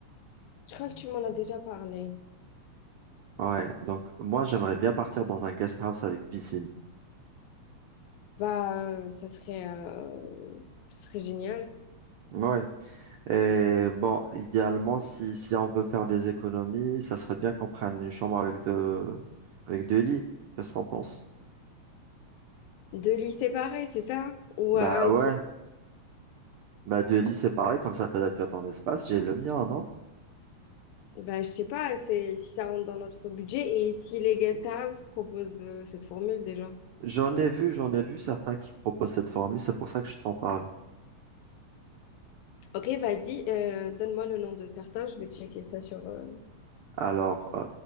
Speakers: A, on the left; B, on the right.
A: Je crois que tu m'en as déjà parlé.
B: Ouais, donc moi, j'aimerais bien partir dans un guest house avec piscine.
A: Bah, euh, ça serait, euh, ça serait génial.
B: Ouais. Et bon, idéalement, si, si on veut faire des économies, ça serait bien qu'on prenne une chambre avec deux, avec deux lits. Qu'est-ce que t'en penses?
A: Deux lits séparés, c'est ça? Ou
B: Bah
A: euh, un
B: ouais. Bah, de lit, c'est pareil, comme ça, t'as- tu as ton espace, j'ai le mien, non?
A: Ben, je sais pas, c'est si ça rentre dans notre budget et si les guest house proposent euh, cette formule déjà.
B: J'en ai vu, j'en ai vu certains qui proposent cette formule, c'est pour ça que je t'en parle.
A: Ok, vas-y, euh, donne-moi le nom de certains, je vais checker ça sur euh,
B: Alors, euh,